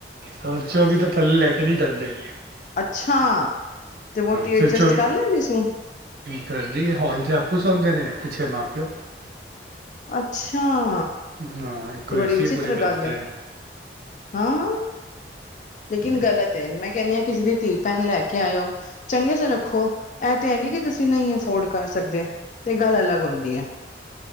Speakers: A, on the right; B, on the left.
A: ਫਰਚੋਂਵੀ ਤੋਂ ਥੱਲੇ ਲੈ ਕੇ ਨੀ ਚਲਦੇ।
B: ਅੱਛਾ! ਤੇ ਵਹੁਟੀ ਐਡਜਸਟ
A: ਸਿਰਫ ਚੋ
B: ਕਰ ਲੈਂਦੀ ਸੂੰ।
A: ਕਰਦੀ ਐ ਹਾਲ ਤੇ ਆਪੂ ਸੌਦੇ ਨੇ ਪਿੱਛੇ ਮਾਂ-ਪੇਓ।
B: ਅੱਛਾ!
A: ਹਾਂ, ਇੱਕੋਂ
B: ਤੇ ਬੜੀ
A: ਏ
B: ਵਿਚਿੱਤਰ
A: ਸੀ ਪੂਰੇ ਘਰ
B: ਗੱਲ
A: 'ਤੇ।
B: ਹੈ ਹਾਂ! ਲੇਕਿਨ ਗ਼ਲਤ ਐ ਮੈਂ ਕੈਨੀ ਆਂ ਕਿਸੇ ਦੀ ਧੀ ਭੈਣ ਲੈ ਕੇ ਆਏਓ ਚੰਗੇ ਚ ਰੱਖੋ ਐ ਤੇ ਹੈ ਨੀ ਕਿ ਤੁਸੀਂ ਨਈ ਅਫੋਰਡ ਕਰ ਸਕਦੇ ਤੇ ਗੱਲ ਅਲੱਗ ਹੁੰਦੀ ਐ।